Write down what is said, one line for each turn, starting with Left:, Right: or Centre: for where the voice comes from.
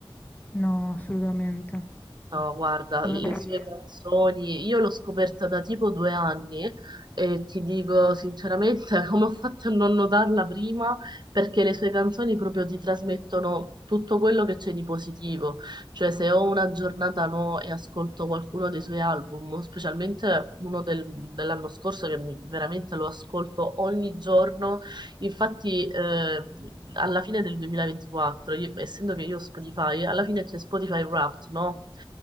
Left: No, assolutamente.
Right: No, guarda,
Left: Non
Right: le
Left: ho proprio
Right: sue
Left: idea.
Right: canzoni, io l'ho scoperta da tipo due anni e ti dico sinceramente <laughs> come ho fatto a non notarla prima, perché le sue canzoni proprio ti trasmettono tutto quello che c'è di positivo. Cioè, se ho una giornata no e ascolto qualcuno dei suoi album, specialmente uno del- dell'anno scorso che mi- veramente lo ascolto ogni giorno Infatti, eh, alla fine del 2024, io- essendo che io ho Spotify, alla fine c'è Spotify Wrapped, no?